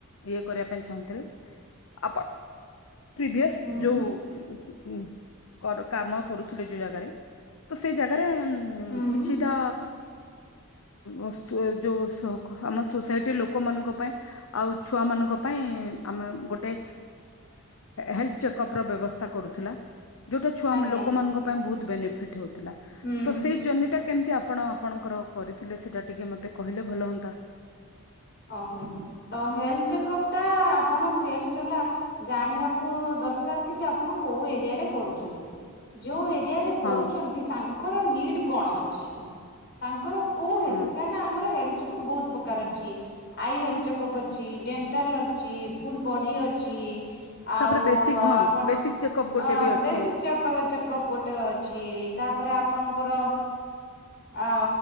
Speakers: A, on the left (about 70°); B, on the left (about 50°).
A: ଇଏ କରିବା ପାଇଁ ଚାହୁଁଥିଲି ଆପଣ ପ୍ରଭିୟସ
B: ହୁଁ
A: ଯୋଉ କାମ କରୁଥିଲେ ଯୋଉ ଜାଗାରେ ତ ସେଇ ଜାଗାରେ ଉ
B: ହୁଁ
A: କିଛିଟା ଉ ଯୋଉ ଆମ ସୋସାଇଟି ଲୋକମାନଙ୍କ ପାଇଁ ଆଉ ଛୁଆ ମାନଙ୍କ ପାଇଁ ଆମେ ଗୋଟେ ହେଲ୍ଥ ଚେକଅପ୍ର ବ୍ୟବସ୍ଥା କରୁଥିଲା। ଯୋଉଟା ଛୁଆ
B: ଆଜ୍ଞା
A: ଲୋକମାନଙ୍କ ପାଇଁ ବହୁତ ବେନିଫିଟ ହଉଥିଲା।
B: ହୁଁ
A: ତ ସେଇ ଜର୍ଣ୍ନିଟା କେମିତି ଆପଣ ଆପଣଙ୍କର କରିଥିଲେ ସେଇଟା ଟିକେ ମତେ କହିଲେ ଭଲ ହୁଅନ୍ତା?
B: ହଁ ହେଲ୍ଥ ଚେକପ ଟା ଆପଣ ପେଷ୍ଟ ହେଲା ଜାଣିବାକୁ ଦରକାର କି ଯେ ଆପଣ କୋଉ ଏରିଆରେ କରୁଛନ୍ତି। ଯେଉଁ ଏରିଆରେ କରୁଛନ୍ତି
A: ହଁ
B: ତାଙ୍କର ନିଡ଼୍ କଣ ଅଛି। ତାଙ୍କର କୋ ହେଲ୍ଥ
A: ହୁଁ
B: କାଁ ନା ଆମର ହେଲଥ ଯକୁ ବହୁତ ପ୍ରକାର ଅଛି। ଆଇ ହେଲ୍ଥ ଚେକଅପ୍ ଅଛି ଡେଣ୍ଟାଲ ଅଛି ଫୁଲ ବଡି ଅଛି। ଆଉ
A: ତାପରେ ବେସିକ ହଁ
B: ଆପଣ
A: ବେସିକ ଚେକଅପ ଗୋଟେ
B: ଅ
A: ବି ଅଛି
B: ବେଶିକ <unintelligible> ଗୋଟେ ଅଛି ତାପରେ ଆପଣଙ୍କର ଅ